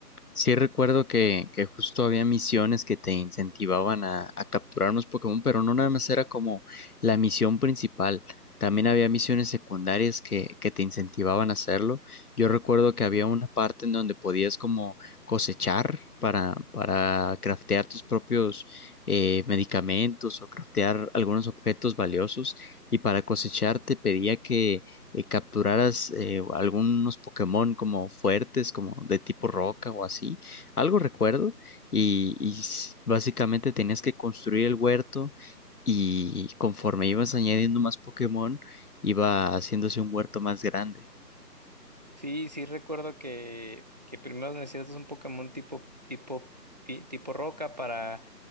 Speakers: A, on the left; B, on the right.
A: Sí recuerdo que, que justo había misiones que te incentivaban a, a capturar unos Pokémon, pero no nada más era como la misión principal. También había misiones secundarias que, que te incentivaban a hacerlo. Yo recuerdo que había una parte en donde podías como cosechar para, para craftear tus propios eh, medicamentos o craftear algunos objetos valiosos. Y para cosechar te pedía que eh, capturaras eh, algunos Pokémon como fuertes, como de tipo roca o así, algo recuerdo, y, y s- básicamente tenías que construir el huerto y conforme ibas añadiendo más Pokémon, iba haciéndose un huerto más grande.
B: Sí, sí recuerdo que, que primero necesitas un Pokémon tipo, tipo, pi- tipo roca para